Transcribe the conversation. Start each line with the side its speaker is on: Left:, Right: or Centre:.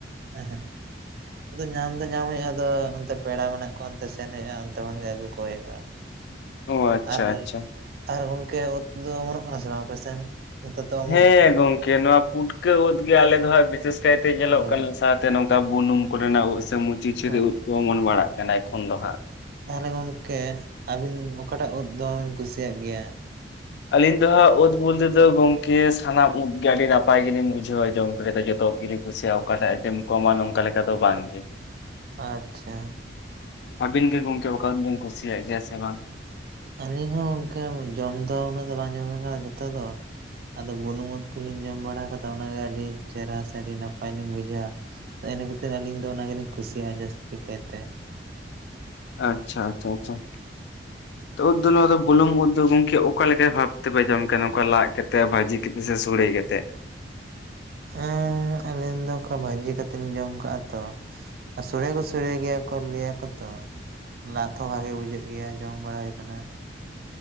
Right: ᱮᱸᱦᱮᱸᱜ᱾ ᱟᱫᱚ ᱧᱟᱢ ᱫᱚ ᱧᱟᱢ ᱦᱩᱭᱩᱜᱼᱟ ᱟᱫᱚ ᱚᱱᱛᱮ ᱯᱮᱲᱟ ᱢᱮᱱᱟᱜ ᱠᱚᱣᱟ ᱚᱱᱛᱮ ᱥᱮᱱ ᱦᱩᱭᱩᱜᱼᱟ ᱚᱱᱛᱮ ᱠᱷᱚᱱᱜᱮ ᱟᱹᱜᱩ ᱠᱚ ᱦᱩᱭᱩᱜᱼᱟ ᱾
Left: ᱚ ᱟᱪᱪᱷᱟ
Right: ᱟᱨ,
Left: ᱟᱪᱪᱷᱟ
Right: ᱟᱨ ᱜᱚᱝᱠᱮ ᱩᱫ ᱫᱚ ᱚᱢᱚᱱᱚᱜ ᱠᱟᱱᱟ ᱥᱮ ᱵᱟᱝ ᱟᱯᱮ ᱥᱮᱱ? ᱱᱮᱛᱟᱨ ᱫᱚ ᱚᱢᱚᱱᱚᱜ
Left: ᱦᱮᱸ ᱜᱚᱝᱠᱮ ᱱᱚᱣᱟ ᱯᱩᱴᱠᱟᱹ ᱩᱫ ᱜᱮ ᱟᱞᱮ ᱫᱚ ᱦᱟᱸᱜ ᱵᱤᱥᱮᱥ ᱠᱟᱭᱛᱮ ᱧᱮᱞᱚᱜ
Right: ᱦᱳᱭ
Left: ᱠᱟᱱᱟ ᱥᱟᱛ ᱛᱮ ᱱᱚᱝᱠᱟ ᱵᱩᱱᱩᱢ ᱠᱚᱨᱮᱱᱟᱜ ᱩᱫ ᱥᱮ ᱢᱩᱪᱤᱪᱷᱤᱨᱤ
Right: ᱦᱳᱭ
Left: ᱩᱫ ᱠᱚ ᱚᱢᱚᱱ ᱵᱟᱲᱟᱜ ᱠᱟᱱᱟ ᱮᱠᱷᱚᱱ ᱫᱚ ᱦᱟᱸᱜ ᱾
Right: ᱛᱟᱦᱚᱞᱮ ᱜᱚᱝᱠᱮ ᱟᱹᱵᱤᱱ ᱚᱠᱟᱴᱟᱜ ᱩᱫ ᱫᱚᱢᱮᱵᱤᱱ ᱠᱩᱥᱤᱭᱟᱜ ᱜᱮᱭᱟ?
Left: ᱟᱞᱤᱧ ᱫᱚ ᱦᱟᱸᱜ ᱩᱫ ᱵᱚᱞᱛᱮ ᱫᱚ ᱜᱚᱝᱠᱮ ᱥᱟᱱᱟᱢ ᱩᱫ ᱜᱮ ᱟᱹᱰᱤ ᱱᱟᱯᱟᱭ ᱜᱮᱞᱤᱧ ᱵᱩᱡᱷᱟᱹᱣᱟ ᱡᱚᱢ ᱠᱚᱨᱮᱫᱚ ᱡᱚᱛᱚ ᱜᱮᱞᱤᱧ ᱵᱩ ᱥᱮ ᱚᱠᱟᱴᱟᱜ ᱟᱭᱴᱮᱢ ᱠᱚᱢᱟ ᱱᱚᱝᱠᱟ ᱞᱮᱠᱟ ᱫᱚ ᱵᱟᱝ ᱜᱮ ᱾
Right: ᱟᱪᱪᱷᱟ᱾
Left: ᱟᱹᱵᱤᱱ ᱜᱮ ᱜᱚᱝᱠᱮ <inaudible> ᱵᱤᱱ ᱠᱩᱥᱤᱭᱟᱜ ᱜᱮᱭᱟ ᱥᱮ ᱵᱟᱝ?
Right: ᱟᱹᱞᱤᱧ ᱦᱚᱸ ᱚᱝᱠᱮ ᱡᱚᱢ ᱫᱚ ᱩᱱᱟᱹᱜ ᱫᱚ ᱵᱟᱝ ᱡᱚᱢ ᱦᱩᱭ ᱠᱟᱱᱟ ᱡᱚᱛᱚ ᱫᱚ ᱾ ᱟᱫᱚ ᱵᱩᱱᱩᱢ ᱩᱫ ᱠᱚᱞᱤᱧ ᱡᱚᱢ ᱵᱟᱲᱟ ᱠᱟᱫᱟ ᱚᱱᱟᱜᱮ ᱟᱹᱰᱤ ᱪᱮᱨᱦᱟ ᱥᱮ ᱟᱹᱰᱤ ᱱᱟᱯᱟᱭ ᱞᱤᱧ ᱵᱩᱡᱷᱟᱹᱣᱟ ᱾ ᱛᱚ ᱤᱱᱟᱹ ᱠᱷᱟᱹᱛᱤᱨ ᱟᱹᱞᱤᱧ ᱫᱚ ᱚᱱᱟ ᱜᱮᱧᱤᱧ ᱠᱩᱥᱤᱭᱟᱜᱼᱟ ᱡᱟᱹᱥᱛᱤ ᱠᱟᱭᱛᱮ᱾
Left: ᱟᱪᱪᱷᱟ ᱟᱪᱪᱷᱟ ᱟᱪᱪᱷᱟ᱾ ᱛᱚ ᱩᱫ ᱫᱚ ᱱᱚᱣᱟ ᱫᱚ ᱵᱩᱞᱩᱝ ᱩᱫ ᱫᱚ ᱜᱚᱝᱠᱮ ᱚᱠᱟ ᱞᱮᱠᱟ ᱵᱷᱟᱵᱽ ᱛᱮᱯᱮ ᱡᱚᱢ ᱠᱟᱱᱟ ᱱᱚᱝᱠᱟ ᱞᱟᱡ ᱠᱟᱛᱮᱫ ᱵᱷᱟᱹᱡᱤ ᱠᱟᱛᱮᱜ ᱥᱮ ᱥᱚᱲᱮ ᱠᱟᱛᱮᱫ?
Right: ᱦᱮᱸ ᱟᱹᱞᱤᱧ ᱫᱚ ᱚᱝᱠᱟ ᱵᱷᱟᱹᱡᱤ ᱠᱟᱛᱮᱫ ᱞᱤᱧ ᱡᱚᱢ ᱠᱟᱜᱼᱟ ᱛᱚ ᱾ ᱟᱨ ᱥᱚᱲᱮ ᱦᱚᱸᱠᱚ ᱥᱚᱲᱮ ᱜᱮᱭᱟ ᱠᱚ ᱞᱟᱹᱭᱟ ᱠᱚ ᱛᱚ ᱾ ᱞᱟᱫ ᱦᱚᱸ ᱵᱷᱟᱜᱮ ᱵᱩᱡᱷᱟᱹᱜ ᱜᱮᱭᱟ ᱡᱚᱢ ᱵᱟᱲᱟ ᱦᱩᱭ ᱠᱟᱱᱟ ᱾